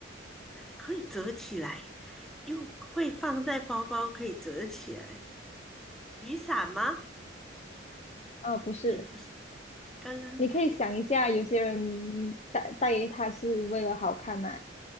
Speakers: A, in the centre; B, on the left (about 35°).
A: 可以折起来，又会放在包包，可以折起来。雨伞吗？
B: 呃，不是，
A: 也不是，刚刚
B: 你可以想一下，有些人带带它是为了好看嘛，